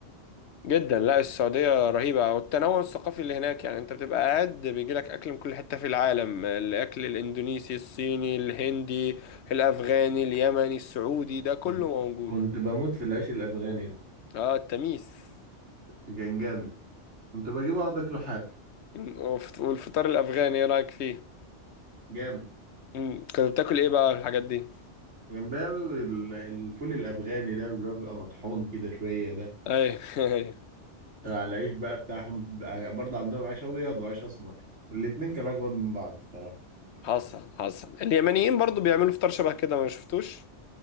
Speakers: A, on the left; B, on the right.
A: جدا لا السعودية رهيبة والتنوع الثقافي اللي هناك يعني انت بتبقى قاعد بيجيلك اكل من كل حتة في العالم الاكل الاندونيسي الصيني الهندي الافغاني اليمني السعودي ده كله
B: مم.
A: موجود
B: كنت بموت في العيش الافغاني ده
A: اه التميس
B: كان جامد كنت بجيبه اقعد اكله حاف
A: مم. وف- والفطار الافغاني ايه رايك فيه
B: جامد
A: مم. كنت بتاكل ايه بقى الحاجات دي
B: كان بيعمل ال- الفول الافغاني ده اللي هو بيبقى مطحون كده شويه ده
A: ايوه <laughs> ايوه
B: على العيش بقى بتاعهم بقى- برضه عندهم عيش ابيض وعيش اسمر الاتنين كانوا اجمد من بعض الصراحه
A: حصل حصل اليمنيين برضو بيعملوا فطار شبه كده ما شفتوش